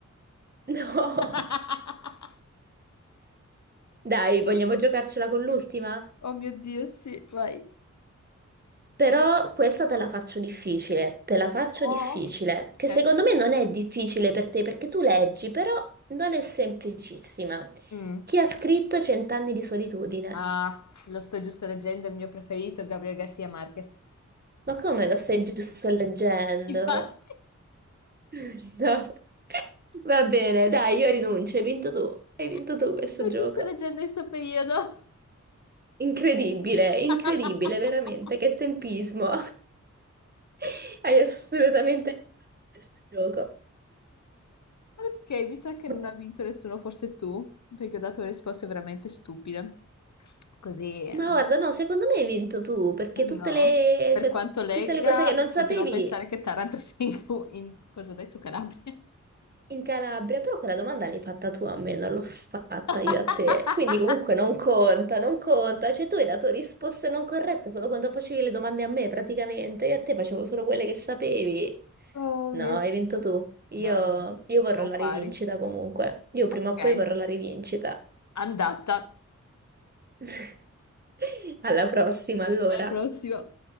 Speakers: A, on the right; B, on the left.
A: <laughs> No.
B: <laughs>
A: Dai, vogliamo giocarcela con l'ultima?
B: Oh mio Dio, sì, vai.
A: Però questa te la faccio difficile, te la faccio
B: Oh,
A: difficile,
B: ok.
A: che secondo me non è difficile per te perché tu leggi, però non è semplicissima.
B: Mm.
A: Chi ha scritto Cent'anni di solitudine?
B: Ah, lo sto giusto leggendo, il mio preferito, Gabriel Garcia Marquez.
A: Ma come lo stai giusto leggendo?
B: Infatti,
A: <laughs> No. Va bene, dai, io rinuncio, hai vinto tu. Hai vinto
B: <laughs>
A: tu questo
B: lo sto
A: gioco.
B: giusto leggendo in questo periodo.
A: Incredibile,
B: <laughs>
A: incredibile,
B: Assurdo.
A: veramente, che tempismo. <laughs> Hai assolutamente vinto tu questo gioco.
B: Ok, mi sa che
A: No.
B: non ha vinto nessuno, forse tu, perché ho dato risposte veramente stupide. Così, ehm,
A: Ma guarda, no, secondo me hai vinto tu, perché tutte
B: no.
A: le,
B: Per
A: cioè,
B: quanto legga,
A: tutte le cose che non
B: continuo
A: sapevi
B: a pensare che Taranto sia in, in cosa ho detto, Calabria.
A: In Calabria, però quella domanda l'hai fatta tu a me, non l'ho fatta
B: <laughs>
A: io a te. Quindi comunque non conta, non conta. Cioè tu hai dato risposte non corrette solo quando facevi le domande a me praticamente. Io a te facevo solo quelle che sapevi.
B: Oh
A: No,
B: mio
A: hai
B: Dio.
A: vinto tu. Io,
B: No, no, no.
A: io vorrò
B: Siamo
A: la
B: pari.
A: rivincita comunque. Io prima
B: Ok,
A: o poi vorrò la rivincita.
B: andata.
A: <laughs> Alla prossima, allora.
B: Alla prossima.